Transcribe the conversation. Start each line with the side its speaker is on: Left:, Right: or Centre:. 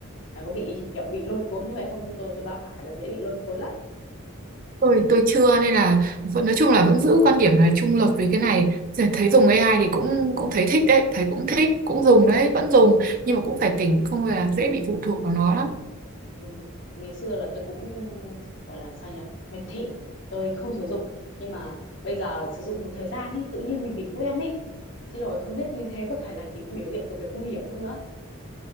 Left: là có bị <laughs> kiểu bị lôi cuốn như vậy không như tôi tôi ba phải là dễ bị lôi cuốn lắm
Right: tôi tôi chưa nên là vẫn nói chung là vẫn giữ quan điểm là trung lập về cái này Rồi thấy dùng AI thì cũng cũng thấy thích đấy thấy cũng thích cũng dùng đấy vẫn dùng nhưng mà cũng phải tỉnh không là dễ bị phụ thuộc vào nó lắm
Left: ừ. ngày xưa là tôi cũng gọi là sao nhỉ miệt thị tôi không sử dụng nhưng mà bây giờ sử dụng một thời gian ấy tự nhiên mình bị quen ấy chứ rồi không biết như thế có phải là cái biểu hiện của việc nguy hiểm không nữa